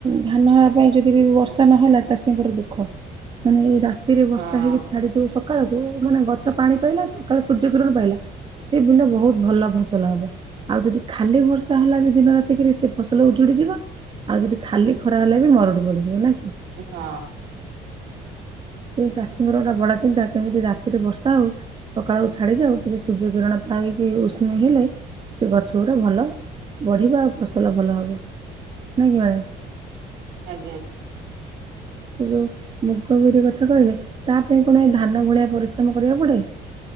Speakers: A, on the right; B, on the right.
A: ଧାନ ହେବା ପାଇଁ ଯଦି ବି ବର୍ଷା ନହେଲା ଚାଷୀ ଚାଷୀଙ୍କର ଦୁଃଖ ମାନେ ଏଇ ରାତିରେ ବର୍ଷା
B: ହଁ।
A: ହେଇକି ଛାଡି ଯିବ ସଖାଳକୁ ମାନେ ଗଛ ପାଣି ପାଇଲା ସକାଳ ସୂର୍ଯ୍ୟ କି କିରଣ ପାଇଲା ସେ ବିଲ ବହୁତ ଭଲ ଫସଲ ହବ ଆଉ ଯଦି ଖାଲି ବର୍ଷା ହେଲା ବି ଦିନ ରାତିକିରି ସେ ଫସଲ ଉଜୁଡିଯିବ ଆଉ ଯଦି ଖାଲି ଖରା ହେଲେ ବି ମରୁଡି ପଡିଯିବ ନା କି।
B: ହଁ।
A: କିନ୍ତୁ ଚାଷୀଙ୍କର ଏଟା ବଡ ଚିନ୍ତା କେମିତି ରାତିରେ ବର୍ଷା ହେଉ ସକାଳକୁ ଛାଡ଼ିଯାଉ ଟିକେ ସୂର୍ଯ୍ୟ କିରଣ ପାଇକି ଉଷ୍ମ ହେଲେ ସେ ଗଛ ଗୁଡ଼ା ଭଲ ବଢ଼ିବ ଆଉ ଫସଲ ଭଲ ହେବ ନୁହେଁକି ମ୍ୟାଡ଼ମ୍।
B: ଆଜ୍ଞା।
A: ସେ ଯୋଉ ମୁଗ ବିରି କଥା କହିଲେ ତା ପାଇଁ କଣ ଏଁ ଧାନ ଭଳିଆ ପରିଶ୍ରମ କରିବାକୁ ପଡେ।